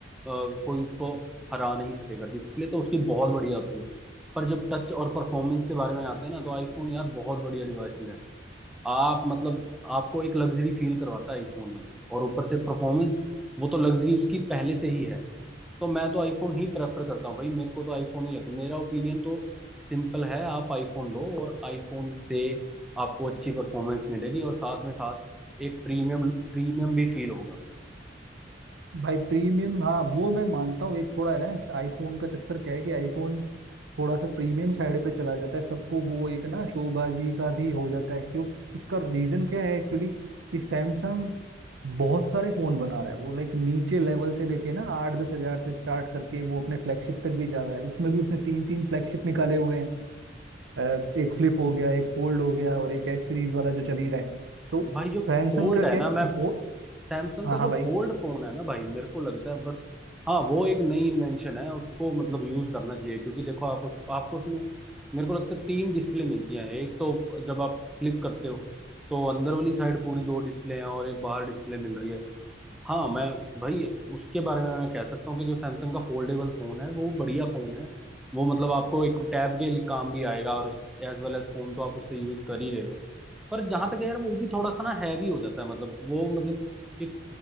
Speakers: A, in the centre; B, on the right.
A: अ, कोई उसको हरा नहीं सकेगा डिस्प्ले तो उसकी बहुत बढ़िया होती है पर जब टच और परफॉर्मेंस के बारे में आते हैं ना तो आईफोन यार बहुत बढ़िया डिवाइस है आप मतलब आपको एक लग्जरी फील करवाता है आईफोन मतलब और ऊपर से परफॉर्मेंस वो तो लग्जरी उसकी पहले से ही है तो मैं तो आईफोन ही प्रेफर करता हूँ भाई मेरे को तो आईफोन ही लगता है। मेरा ओपिनियन तो सिंपल है आप आईफोन लो और आईफोन से आपको अच्छी परफॉर्मेंस मिलेगी और साथ में साथ एक प्रीमियम प्रीमियम भी फील होगा
B: भाई प्रीमियम हाँ वो मैं मानता हूँ एक थोड़ा है ना आईफोन का चक्कर क्या है कि आईफोन थोड़ा सा प्रीमियम साइड पे चला जाता है सबको वो एक ना शोबाजी का भी हो जाता है क्यों उसका रीजन क्या है एक्चुअली कि सैमसंग बहुत सारे फोन बना रहा है वो लाइक नीचे लेवल से लेके ना आठ दस हजार से स्टार्ट करके वो अपने फ्लैगशिप तक भी जा रहा है उसमें भी उसने तीन तीन फ्लैगशिप निकाले हुए हैं अ, एक फ्लिप हो गया एक फोल्ड हो गया और एक एस सीरीज वाला जो चल ही रहा है तो
A: भाई जो
B: सैमसंग
A: फोल्ड
B: का क्या
A: है ना
B: है
A: मैं
B: वो
A: सैमसंग
B: हाँ
A: का जो
B: हाँ भाई
A: फोल्ड फोन है ना भाई मेरे को लगता है बस हाँ वो एक नई इन्वेंशन है उसको मतलब यूज करना चाहिए क्योंकि देखो आप उस आपको उसमें मेरे को लगता है तीन डिस्प्ले मिलती हैं एक तो जब आप फ्लिप करते हो तो अंदर वाली साइड पूरी दो डिस्प्ले हैं और एक बाहर डिस्प्ले मिल रही है हाँ मैं भाई उसके बारे में मैं कह सकता हूँ कि जो सैमसंग का फोल्डेबल फोन है वो बढ़िया फोन है वो मतलब आपको एक टैब के लिए काम भी आएगा और एज वेल एज फोन तो आप उससे यूज कर ही रहे हो पर जहां तक है यार वो भी थोड़ा सा ना हैवी हो जाता है मतलब वो मतलब एक